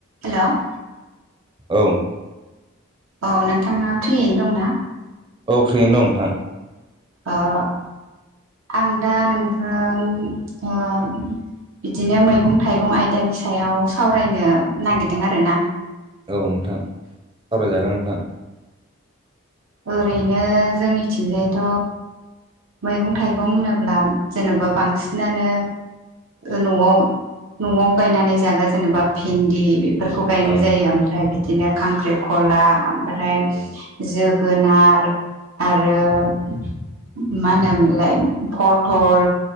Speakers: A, on the right; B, on the right.
A: हेल'
B: औ
A: औ नोंथाङा फ्रियैनो दंना
B: औ फ्रियैनो दं नोंथां
A: आं दा नोंजों ओ बिदिनो मैगं थाइगं आयदानि सायाव सावरायनो नागिरदों आरो ना
B: औ नोंथां सावरायजागोन नोंथां
A: ओरैनो जोंनिथिंजायथ' मैगं थाइगं होनोब्ला जेन'बा बांसिनानो न'आव न'आव गायनानै जाग्रा जेनेबा भिन्दि बेफोरखौ गायनाय
B: औ
A: जायो ओमफ्राय बिदिनो खांख्रिखला ओमफ्राय
B: औ
A: जोगोनार गोनार आरो मा होनोमोनलाय फटल